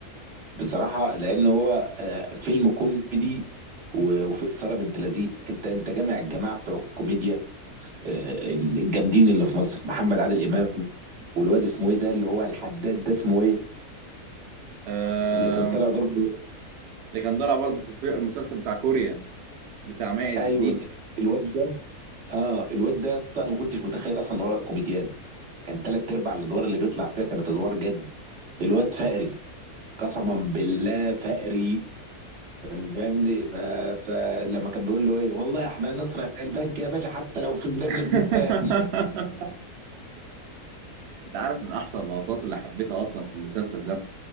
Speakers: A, on the right; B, on the right.
A: بصراحه لان هو آه، فيلم كوميدي و- وفي اثاره بنت لذين انت انت جامع الجماعه بتوع الكوميديا آه، الجامدين اللي في مصر محمد عادل امام والواد اسمه ايه ده اللي هو الحداد ده اسمه ايه
B: آه...
A: اللي كان طالع ضرب
B: اللي كان طالع برضه في في المسلسل بتاع كوريا بتاع ماعز
A: ايوه
B: الدين
A: الواد ده اه الواد ده يا اسطى انا ما كنتش متخيل اصلا ان هو كوميديان كان تلات ارباع الادوار اللي بيطلع فيها كانت ادوار جد الواد فقري قسما بالله فقري فاهم- فاهمني ف... فلما كان بيقول له ايه والله احنا هنسرق البنك يا باشا حتى لو في ميدان
B: <laughs>
A: لبنان <laughs>
B: انت عارف من احسن اللقطات اللي حبيتها اصلا في المسلسل ده